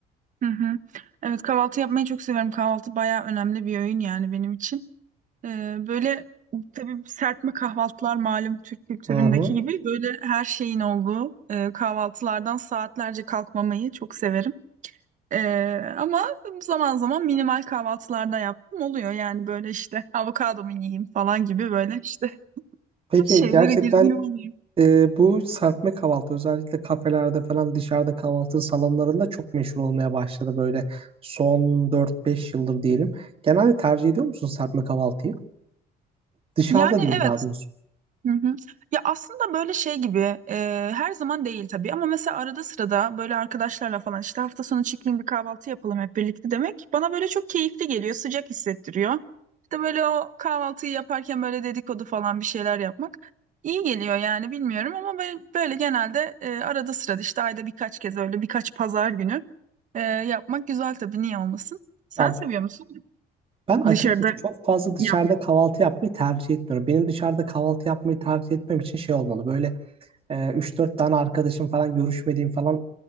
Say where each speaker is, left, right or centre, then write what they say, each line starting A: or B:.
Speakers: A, on the right; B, on the right.
A: hı hı. Evet kahvaltı yapmayı çok severim. Kahvaltı bayağı önemli bir öğün yani benim için. Ee, böyle tabii serpme kahvaltılar malum Türk kültüründeki
B: Hı hı.
A: gibi böyle her şeyin olduğu e, kahvaltılardan saatlerce kalkmamayı çok severim. Ee, ama zaman zaman minimal kahvaltılarda yaptım oluyor yani böyle işte avokado mu yiyeyim falan gibi böyle işte <laughs>
B: Peki
A: şeylere
B: gerçekten
A: girdiğim oluyor.
B: Ee, bu serpme kahvaltı özellikle kafelerde falan dışarıda kahvaltı salonlarında çok meşhur olmaya başladı böyle son dört beş yıldır diyelim. Genelde tercih ediyor musun serpme kahvaltıyı? Dışarıda
A: Yani
B: diyeyim
A: evet
B: daha doğrusu.
A: Hı hı. Ya aslında böyle şey gibi e, her zaman değil tabii ama mesela arada sırada böyle arkadaşlarla falan işte hafta sonu çıkayım bir kahvaltı yapalım hep birlikte demek bana böyle çok keyifli geliyor sıcak hissettiriyor. İşte böyle o kahvaltıyı yaparken böyle dedikodu falan bir şeyler yapmak iyi geliyor yani bilmiyorum ama ben böyle genelde e, arada sırada işte ayda birkaç kez öyle birkaç pazar günü e, yapmak güzel tabii niye olmasın. Sen
B: Ya
A: seviyor musun
B: ben açıkçası
A: dışarıda
B: çok fazla dışarıda
A: yapmak?
B: kahvaltı yapmayı tercih etmiyorum. Benim dışarıda kahvaltı yapmayı tercih etmem için şey olmalı. Böyle e, 3-4 tane arkadaşım falan görüşmediğim falan